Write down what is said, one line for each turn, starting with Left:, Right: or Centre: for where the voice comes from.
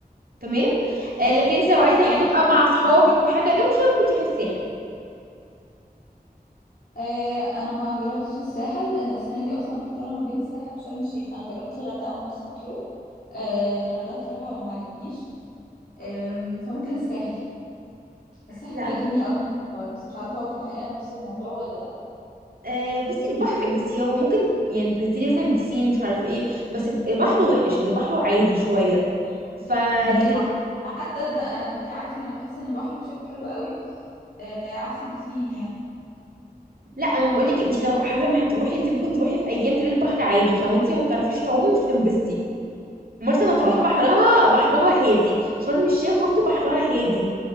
Right: تمام آه، لكن انت لو عايزه
Left: زيي
Right: حاجه
Left: بصراحه
Right: بقى مع اصحابك
Left: رايي
Right: وحاجه دوشه ممكن تروحي الساحل
Left: آه انا ما جربتش الساحل آه السنه دي اصلا محتاره ما بين الساحل وشرم الشيخ انا جربت الغردقه ومرسى مطروح آه الغردقه بصراحه ما عجبتنيش آم، فممكن الساحل الساحل
Right: لا
Left: بيعجبني قوي من الصور بس مش عارفة هو في الحقيقة نفس الموضوع ولا لا
Right: آه، بصي البحر بصي هو ممكن يعني تنزلي مثلا بسين مش عارفه ايه بس بحره
Left: امم
Right: وحش يعني بحره عادي شويه فلكن
Left: بالع... حتى ده آه، انت عكسي انا بحس ان بحره شكله حلو قوي آه عكس البسين يعني
Right: لا انا بقول لك انت لو حسب ما هتروحي انت ممكن تروحي في ايام تلاقي البحر عادي فلو انت ما بتعرفيش تعومي مش هتنبسطي مرسى
Left: اه
Right: مطروح
Left: ما انا بعرف
Right: بحرها بحرها هادي شرم الشيخ برضه بحرها هادي